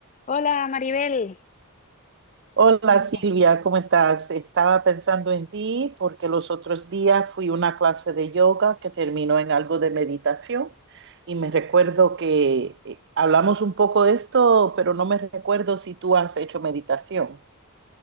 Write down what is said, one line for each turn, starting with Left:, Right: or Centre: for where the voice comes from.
Left: Hola Maribel.
Right: Hola Silvia,
Left: Mira,
Right: ¿cómo estás? Estaba pensando en ti porque los otros días fui a una clase de yoga que terminó en algo de meditación y me recuerdo que eh, hablamos un poco de esto, pero no me recuerdo si tú has hecho meditación.